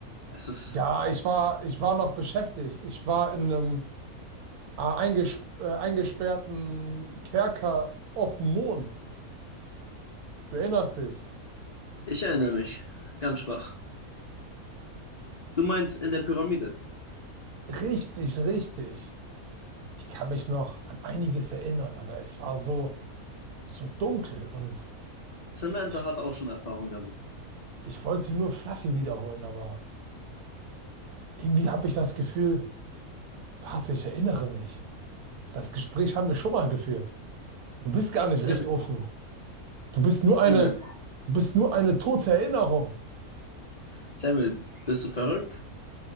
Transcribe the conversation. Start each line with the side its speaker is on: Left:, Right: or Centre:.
Left: Es ist,
Right: Ja, ich war, ich war noch beschäftigt. Ich war in einem äh, eingesp äh, eingesperrten Kerker auf dem Mond. Du erinnerst dich?
Left: ich erinnere mich, ganz schwach. Du meinst in der Pyramide.
Right: Richtig, richtig. Ich kann mich noch an einiges erinnern, aber es war so, so dunkel und
Left: Samantha
Right: ich,
Left: hat auch schon Erfahrung damit.
Right: ich wollte nur Fluffy wiederholen, aber irgendwie habe ich das Gefühl, warte, ich erinnere mich. Das Gespräch haben wir schon mal geführt. Du bist gar nicht
Left: Samuel,
Right: recht offen. Du bist nur
Left: Samuel,
Right: eine, du bist nur eine tote Erinnerung.
Left: Samuel, bist du verrückt?